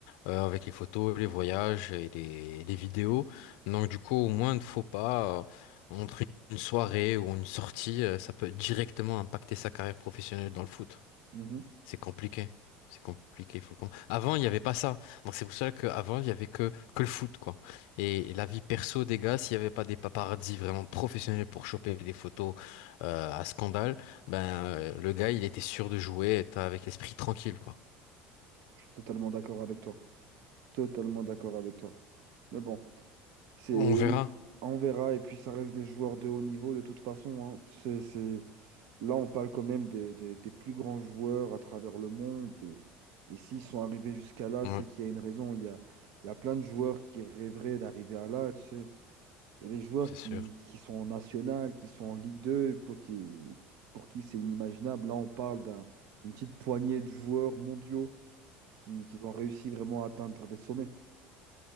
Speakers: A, on the left; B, on the right.
A: euh, avec les photos, les voyages et les, les vidéos. Donc, du coup, au moins, ne faut pas euh, entre une soirée ou une sortie, euh, ça peut directement impacter sa carrière professionnelle dans le foot.
B: Mhm.
A: C'est compliqué. C'est compliqué, faut le comprendre. Avant, il n'y avait pas ça. Donc c'est pour ça qu'avant, il y avait que, que le foot, quoi. Et la vie perso des gars, s'il n'y avait pas des paparazzis vraiment professionnels pour choper des photos euh, à scandale, ben euh, le gars, il était sûr de jouer, être avec l'esprit tranquille, quoi.
B: Je suis totalement d'accord avec toi. Totalement d'accord avec toi. Mais bon, c'est...
A: On verra.
B: on verra. Et puis, ça reste des joueurs de haut niveau de toute façon. hein. C'est, c'est... Là, on parle quand même des des- des plus grands joueurs à travers le monde. Et, et s'ils sont arrivés jusqu'à là,
A: Ouais,
B: c'est qu'il y a une raison. Il y a, il y a plein de joueurs qui rêveraient d'arriver à là, tu sais. Il y a des joueurs
A: c'est
B: qui,
A: sûr.
B: qui sont en national, qui sont en Ligue 2, pour qui, pour qui c'est inimaginable. Là, on parle d'un- d'une petite poignée de joueurs mondiaux qui, qui ont réussi vraiment à atteindre des sommets,